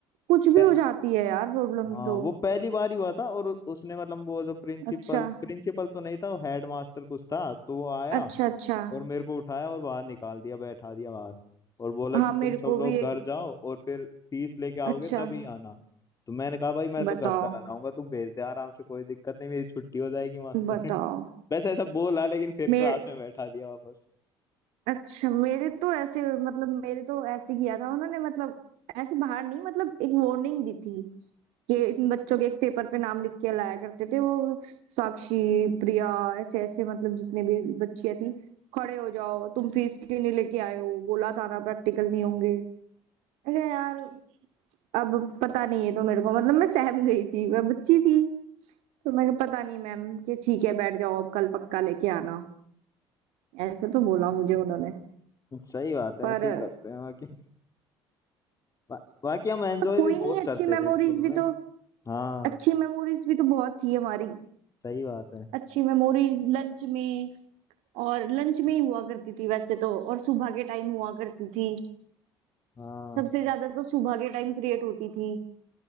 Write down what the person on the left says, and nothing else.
थे
हाँ
वो पहली बार ही हुआ था और उ- उसने मतलब वो जो प्रिंसिपल
प्रिंसिपल तो नहीं था वो हेड मास्टर कुछ था तो वो आया
और मेरे को उठाया और बाहर निकाल दिया बैठा दिया बाहर और बोला
कि
तुम सब
लोग
घर जाओ और फिर फीस लेके आओगे
तभी आना तो मैंने कहा भाई मैं तो
घर चला जाऊंगा तू भेज दे आराम से कोई दिक्कत नहीं मेरी छुट्टी हो जाएगी मास्टर
<laughs> बस ऐसा बोला लेकिन फिर
क्लास में बैठा दिया वापस
सही बात है
ऐसे ही करते हैं बाकी बा, बाकी हम एंजॉय
भी
बहुत
करते
थे स्कूल
में
हाँ
सही बात है
हाँ